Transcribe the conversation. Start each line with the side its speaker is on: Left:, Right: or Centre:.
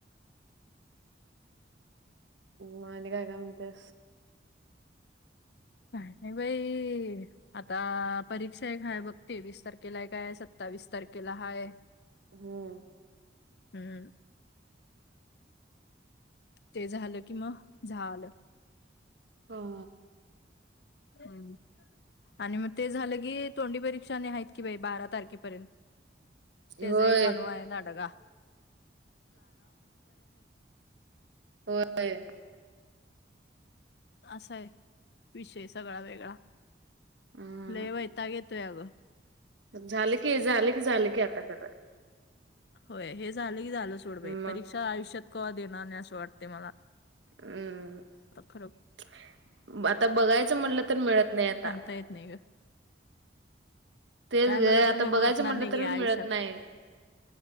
Right: मा आणि काय म्हणत्या.
Left: नाही नाही बाई. आता परीक्षा आहे काय बघ तेवीस तारखेला आहे काय सत्तावीस तारखेला हाय.
Right: हम्म.
Left: हम्म. ते झालं कि म झा आलं.
Right: हो.
Left: हम्. आणि मग ते झालं की तोंडी परीक्षा नाही आहेत की बा बारा तारखेपर्यंत त्याचा
Right: होय
Left: एक वनवा आहे दधडगा
Right: होय.
Left: असा आहे विषय सगळा वेगळा
Right: हम्म
Left: ल वैता घेतोय अगं.
Right: झालं की झालं की झालं की आता खरं.
Left: होय हे झालं की झालं सोडबाई
Right: मग
Left: परीक्षा आयुष्यात कव्हा देणार नाही असं वाटते मला
Right: हम्म
Left: आता खरं
Right: आता बघायचं म्हटलं तर मिळत नाही आता
Left: ता येत नाही का?
Right: तेच
Left: काय
Right: ग
Left: मला
Right: आता
Left: तर बघू
Right: बघायचं
Left: वाटणार
Right: म्हटलं
Left: नाही
Right: तर
Left: गे आयुष्यात
Right: मिळत नाही